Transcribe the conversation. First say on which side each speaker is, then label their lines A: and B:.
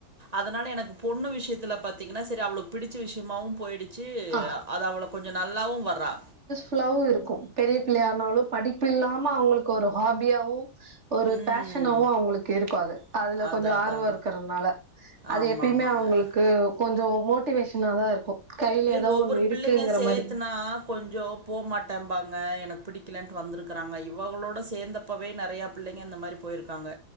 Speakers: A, on the right (about 20°); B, on the right (about 35°).
A: அதனால எனக்கு பொண்ணு விஷயத்துல பாத்தீங்கன்னா செரி அவளுக்கு புடிச்ச விஷயமாவு போயிடுச்சு
B: ஆ
A: அது அவ்ளோ கொஞ்சோ நல்லாவு வர்றா
B: ல்லவு இருக்கு பெரிய பிள்ளையானாலு படிப்பு இல்லாம அவங்களுக்கு ஒரு ஹாபியாவு ஒரு
A: ம்.
B: ஃபேஷனுவு அவங்களுக்கு இருக்கு அது அதுல
A: அதான்
B: கொஞ்சோ
A: அதாங்க.
B: ஆர்வ இருக்கிறதுனால அது
A: ஆமாமாங்க.
B: எப்பயுமே அவங்களுக்கு கொஞ்சோ மோட்டிவேஷன தா இருக்கு கையில
A: இல்லைங்க
B: ஏதோ
A: ஒவ்வொரு
B: ஒண்ணு இருக்குங்கிற
A: பிள்ளைங்க சேத்துனா
B: மாரி
A: கொஞ்சம் போகமாட்டேபாங்க எனக்கு பிடிக்கலன்னுட்டு வந்திருக்கிறாங்க இவங்களோட சேந்த ப்போவே நெறையா பிள்ளைங்க இந்த மாரி போயிருக்காங்க